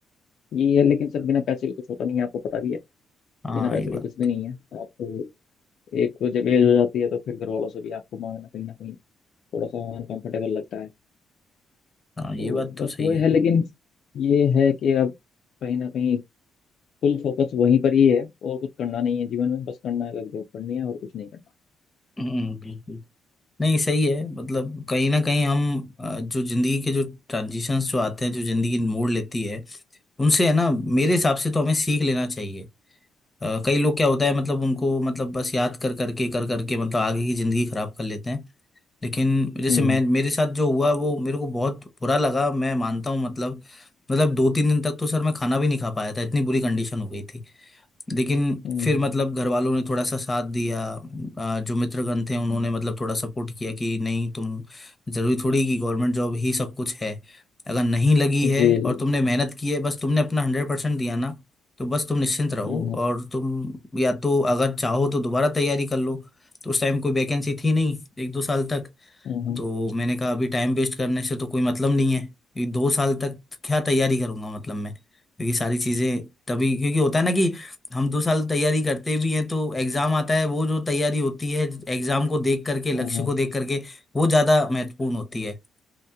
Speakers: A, on the left (about 65°); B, on the left (about 15°).
A: ये है लेकिन सर बिना पैसे के कुछ होता नहीं है आपको पता भी है
B: हाँ
A: बिना पैसे
B: ये बात
A: के कुछ भी नहीं है आप एक जब एज हो जाती है तो फिर घर वालों से भी आपको मांगना कहीं ना कहीं थोड़ा सा अनकंफर्टेबल लगता है
B: हाँ ये
A: तो
B: बात तो
A: बस
B: सही
A: वो
B: है
A: है लेकिन ये है कि अब कहीं ना कहीं फुल फोकस वहीं पर ही है और कुछ करना नहीं है जीवन में बस करना है बस जॉब करनी है और कुछ नहीं करना
B: हम्म, बिल्कुल नहीं सही है मतलब कहीं ना कहीं हम अ, जो जिंदगी के जो ट्रांजिशंस जो आते हैं जो जिंदगी मोड़ लेती है उनसे है ना मेरे हिसाब से तो हमें सीख लेना चाहिए अ, कई लोग क्या होता है मतलब उनको मतलब बस याद कर करके कर करके मतलब आगे की जिंदगी खराब कर लेते हैं लेकिन जैसे
A: हम्म
B: मैं मेरे साथ जो हुआ वो मेरे को बहुत बुरा लगा मैं मानता हूँ मतलब मतलब दो तीन दिन तक तो सर मैं खाना भी नहीं खा पाया था इतनी बुरी कंडीशन हो गई थी लेकिन
A: हम्म,
B: फिर मतलब घर वालों ने थोड़ा सा साथ दिया आ, जो मित्रगण थे उन्होंने मतलब थोड़ा सपोर्ट किया कि नहीं तुम जरूरी थोड़ी कि गवर्नमेंट जॉब ही सब कुछ है अगर नहीं लगी
A: जी
B: है और
A: जी
B: तुमने मेहनत की है बस तुमने अपना हंड्रेड परसेंट दिया ना तो बस तुम निश्चिंत रहो
A: हम्म,
B: और तुम या तो अगर चाहो तो दोबारा तैयारी कर लो तो उस टाइम कोई वैकेंसी थी नहीं एक दो साल तक
A: हम्म, हम्म,
B: तो मैंने कहा अभी टाइम वेस्ट करने से तो कोई मतलब नहीं है क्योंकि दो साल तक क्या तैयारी करूंगा मतलब मैं क्योंकि सारी चीज़ें तभी क्योंकि होता है ना कि हम दो साल तैयारी करते भी हैं तो एग्ज़ाम आता है वो जो तैयारी होती है एग्ज़ाम को देख करके लक्ष्य
A: हम्म, हम्म,
B: को देख करके वो ज़्यादा महत्वपूर्ण होती है